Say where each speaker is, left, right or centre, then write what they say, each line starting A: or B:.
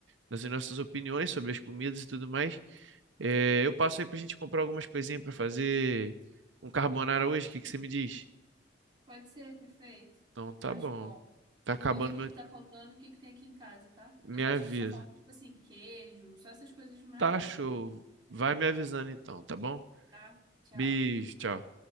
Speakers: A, on the right (about 80°); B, on the right (about 25°).
A: das nossas opiniões sobre as comidas e tudo mais, é, eu passo aí para a gente comprar algumas coisinhas para fazer um carbonara hoje, o que que você me diz?
B: Pode ser, perfeito.
A: Então, tá
B: Acho
A: bom.
B: bom.
A: Tá acabando
B: Vou ver o
A: meu,
B: que que tá faltando, o que que tem aqui em casa, tá?
A: me
B: Mas acho
A: avisa.
B: que só falta, tipo assim, queijo, só essas coisas maiores.
A: Tá show.
B: o resto não
A: Vai
B: sei.
A: me avisando então, tá bom?
B: Tá? Tchau.
A: Beijo, tchau.